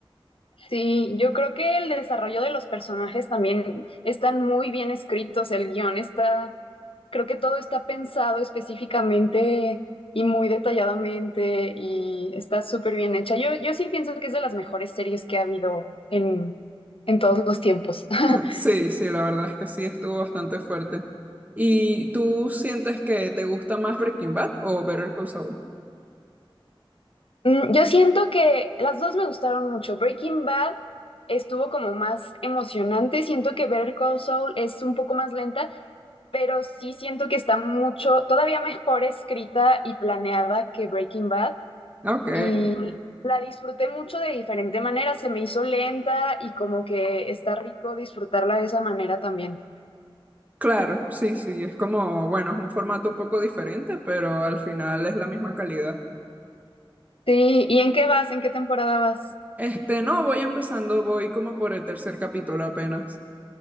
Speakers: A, on the left; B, on the right.
A: Sí, yo creo que el desarrollo de los personajes también están muy bien escritos, el guión está, creo que todo está pensado específicamente y muy detalladamente y está súper bien hecha. Yo, yo sí pienso que es de las mejores series que ha habido en, en todos los tiempos. <laughs>
B: Sí, sí, la verdad es que sí, estuvo bastante fuerte. ¿Y tú sientes que te gusta más Breaking Bad o Better Call Saul?
A: Mm, Yo siento que las dos me gustaron mucho. Breaking Bad estuvo como más emocionante. Siento que Better Call Saul es un poco más lenta, pero sí siento que está mucho, todavía mejor escrita y planeada que Breaking Bad
B: Ok,
A: y la disfruté mucho de diferente manera, se me hizo lenta y como que está rico disfrutarla de esa manera también.
B: claro, sí, sí, es como, bueno, es un formato un poco diferente, pero al final es la misma calidad.
A: Sí, ¿y en qué vas? ¿En qué temporada vas?
B: Este, no, voy empezando, voy como por el tercer capítulo apenas.